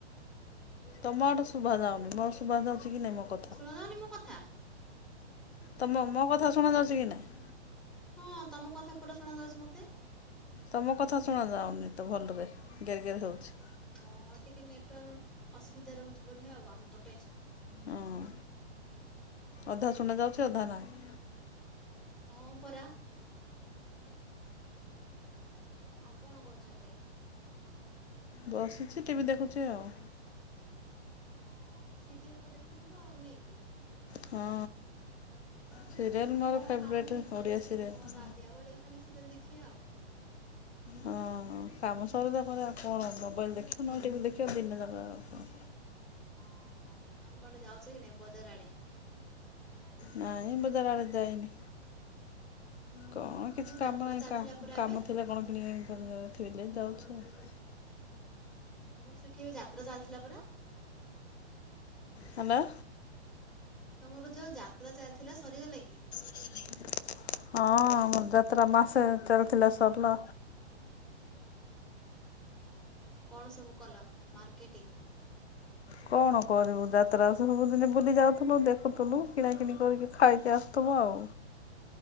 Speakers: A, on the left; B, in the centre.
A: ତମ ଆଡେ ଶୁଭା ଯାଉନି ମୋର ଶୁଭା ଯାଉଛି କି ନାଇଁ ମୋ କ
B: ଶୁଣା ଯାଉନି ମୋ କଥା?
A: ତମ ମୋ କଥା ଶୁଣାଯାଉଛି କି ନାହିଁ?
B: ହଁ ତମ କଥା ପୁରା ଶୁଣାଯାଉଛି ମତେ।
A: ତମ କଥା ଶୁଣାଯାଉନି ତ ଭଲରେ, ଗେର ଗେର ହଉଛି।
B: ହଁ, ଟିକେ ନେଟୱାର୍କ ଅସୁବିଧା ରହୁଛି ବୋଧେ, ଆଉ ଆମ ପଟେ।
A: ହଁ, ଅଧା ଶୁଣା ଯାଉଛି, ଅଧା ନାହିଁ।
B: ହଁ, ପରା। ଆଉ କଣ କରୁଛ ଏବେ?
A: ବସିଛି, ଟିଭି ଦେଖୁଛି ଆଉ।
B: ହଁ-ଅ, ସିରିଏଲ୍ ତ ଦେଖୁଥିବ, ଆଉ ନାଇ କି?
A: ହଁ,
B: ହଁ
A: ସିରିଏଲ୍
B: ଆଉ
A: ମୋର
B: କଣ
A: ଫେବରେଟ୍,
B: କାମ କି ଘରର
A: ଓଡ଼ିଆ
B: ସ୍ତ୍ରୀ
A: ସିରିଏଲ୍।
B: ଲୋକମାନେ ରାନ୍ଧିବା, ବାଢ଼ିଆ ଖାଲି ସିରିଏଲ୍ ଦେଖିବା ଆଉ।
A: ହଁ, କାମ ସରିଲା ପାରେ ଆଉ କଣ, ମୋବାଇଲ ଦେଖିବ, ନହେଲେ ଟିଭି ଦେଖିବ, ଦିନଯାକ ଆଉ କଣ।
B: ହଁ, ହଁ, ଆଉ କୁଆଡେ ଯାଉଛ କି ନାଇ, ବଜାର ଆଡେ ସନ୍ଧ୍ୟା ବେଳେ?
A: ନାଇଁ, ବଜାର ଆଡ଼େ ଯାଇନି। କଣ,
B: ତମର
A: କିଛି କାମ
B: ଯାତ୍ରା ଚାଲିଥିଲା
A: ଏକା
B: ପରା
A: କାମ
B: ଏବେ
A: ଥିଲା, କଣ କିଣିକରି ଥୋଇଦେଲି, ଯାଉଛି ଆଉ।
B: ତମର ସେଠି ଏଵେ ଯାତ୍ରା ଚାଲିଥିଲା ପରା?
A: ହଁ, ବା।
B: ତମର ଯୋଉ ଯାତ୍ରା ଚାଲିଥିଲା, ସରିଗଲା କି?
A: ହଁ, ଆମର ଯାତ୍ରା ମାସେ ଚାଲିଥିଲା, ସରିଲା।
B: କଣ ସବୁ କଲ ମାର୍କେଟିଂ?
A: କଣ କରିବୁ, ଯାତ୍ରା ସ ସବୁ ଦିନେ ବୁଲି ଯାଉଥିଲୁ, ଦେଖୁଥିଲୁ, କିଣାକିଣି କରିକି, ଖାଇକି ଆସୁଥିଲୁ ଆଉ।